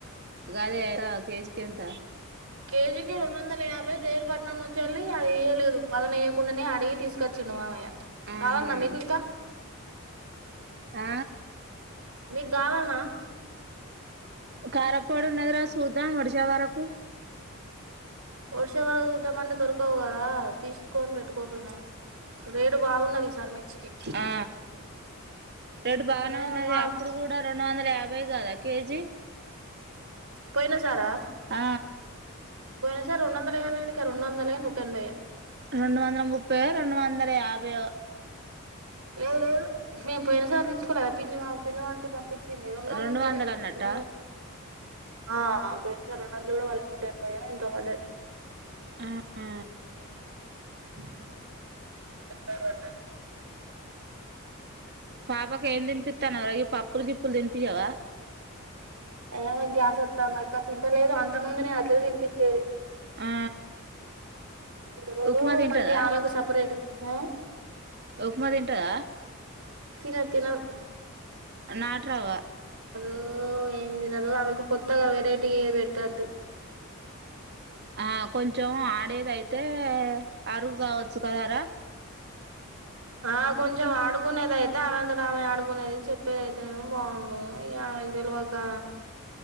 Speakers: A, on the right (about 50°); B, on the right (about 80°).
A: గదే ఎరా కేజికేంత
B: పేజీకిి రెండు వందల యాభై దేర్పట్నం నుంచెలి అది ఇవ్యలేదు పదనేయ్యకుండానే అడిగి తీసుకచ్చిండు మామయ్య
A: ఆహా
B: కావాలన్నా మీకు ఇంకా
A: ఆ
B: మీకు గావాల్నా
A: కారాపొడి ఉన్నది రా చూద్దాం వాడిసె వరకు
B: ఒడిసే వరకు చూద్దాం అంటే దొరకవు కదా తీసుకొని పెట్టుకోపోయినవని రేటు బాగున్నది ఈ సారి మిర్చికి
A: ఆ రేటు బానే
B: అదే
A: ఉన్నది
B: మా
A: అప్పుడు కూడా రెండు వందల యాభై కదా కేజీ
B: పోయినా సారా
A: ఆ
B: పోయినా సారి రెండోందాల యాభైఎందుకాయే రరెండోందలే నూటెంబయే
A: రెండు వందల ముపాయో రెండు వందల యాభయో
B: లేదు లేదు మేము పోయినసారి తీసుకోలేదా పిన్ని మా పిన్ని వటి పంపి చింది రొండోందలే
A: రెండు వందలు అన్నట్టా
B: రొం ఆ అ పోయిన సారి రెండోన్ దాలు కూడా పాలే నూటెంబయో ఎంతో పడ్డద్
A: ఆ ఆ
B: ఎనబై పడ్డద్
A: పాపకి ఏం తినిపిస్తానువ్ పప్పులు గిప్పులు తినిపింయ్యవా
B: ఏమొ గ్యాసోతందక్క తింటలేదు అంత ముందు నేను అట్లనే తినిపిచ్చేది
A: ఆ
B: అంత ముందు
A: ఉప్మా తింటదా
B: మంచిగా ఆమెకు సపరేట్ ఆ
A: ఊక్మ తింటదా
B: తినద్ తినద్
A: నాట్రావ్వ
B: ఓ ఏం తినదు ఆమెకు కొత్తగా వెరైటీగ ఏది పెట్టద్దు
A: ఆ కొంచెం ఆడేదైతే అరుగు కావచ్చు కదారా
B: ఆ కొంచెం ఆడుకునేదైతే ఆమెంతట ఆమె ఆడుకునేది చెప్పేది అయితేనేమో బాగుండదు ఇగ ఆమెకు తేల్వకా